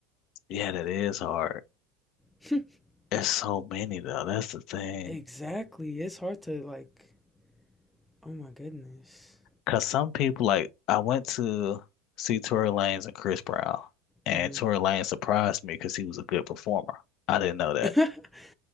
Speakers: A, on the left; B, in the centre.
A: yeah, that is hard.
B: <laughs>
A: It's so many though. That's the thing.
B: exactly, it's hard to like. Oh my goodness.
A: Cause some people like I went to see Tory Lanez and Chris Brown, and
B: Mm-hmm.
A: Tory Lanez surprised me because he was a good performer. I didn't know that,
B: <laughs>